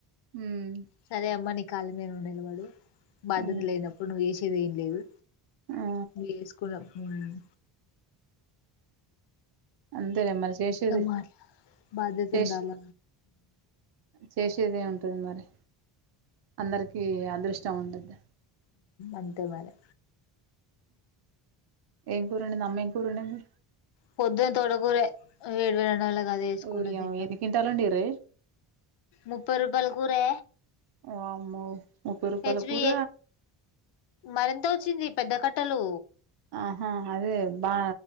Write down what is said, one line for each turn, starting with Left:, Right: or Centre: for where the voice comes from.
Right: ఉమ్
Left: సరే అమ్మ నీ కాళ్ళ మీద నువ్ నిలబడు బాధ్యత
Right: ఉమ్
Left: లేనప్పుడు నువ్వు చేసేది ఏం లేదు
Right: ఆ
Left: నువ్ చేసుకున్నాం ఉమ్
Right: అంతేలే మళ్ళీ చేసేది
Left: మాట్లా బాధ్యత
Right: చేస్
Left: ఉండాల
Right: చేసేది ఏముంది టది మరి అందరికి అదృష్టం ఉండదా
Left: అంతే మరి
Right: ఏం కూర వండింది అమ్మ ఎంకురా వండింది
Left: పొద్దున తోటకూర వేడివేరనళ్ళ కద వేసుకున్న
Right: ఓయమ్మ
Left: తిన్న
Right: ఎన్ని కింటాలు వండిర్రే
Left: ముప్పై రూపాయల కూరే
Right: వామ్మో ముప్పై రూపాయల
Left: హెచ్బిఏ
Right: కూర
Left: మరింత వచ్చింది పెద్ద కట్టలు
Right: ఆహా అదే బా